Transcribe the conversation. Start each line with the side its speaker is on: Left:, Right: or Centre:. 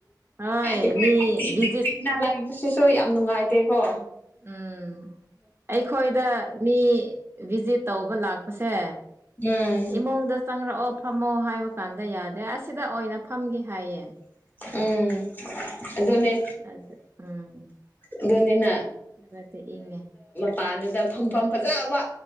Right: ꯍꯣꯏ
Left: ꯏꯈꯣꯏ
Right: ꯃꯤ
Left: <unintelligible>
Right: ꯚꯤꯖꯤꯠ
Left: ꯆꯤꯛꯅꯕꯩ ꯁꯤꯁꯨ ꯌꯥꯝ ꯅꯨꯡꯉꯥꯏꯇꯦꯀꯣ
Right: ꯎꯝ ꯑꯩꯈꯣꯏꯗ ꯃꯤ ꯚꯤꯖꯤꯠ ꯇꯧꯕ ꯂꯥꯛꯄꯁꯦ
Left: ꯎꯝ
Right: ꯏꯃꯨꯡꯗ ꯆꯪꯔꯛꯑꯣ ꯐꯝꯃꯣ ꯍꯥꯏꯕ ꯀꯥꯟꯗ ꯌꯥꯗ꯭ꯔꯦ ꯑꯁꯤꯗ ꯑꯣꯏꯅ ꯐꯝꯒꯦ ꯍꯥꯏꯌꯦ
Left: ꯎꯝ ꯑꯗꯨꯅꯦ
Right: ꯑꯗ ꯎꯝ
Left: ꯑꯗꯨꯅꯤꯅ
Right: ꯈꯔꯗꯤ ꯏꯪꯉꯦ
Left: ꯃꯄꯥꯥꯟꯗꯨꯗ ꯐꯝꯐꯝ ꯐꯖꯕ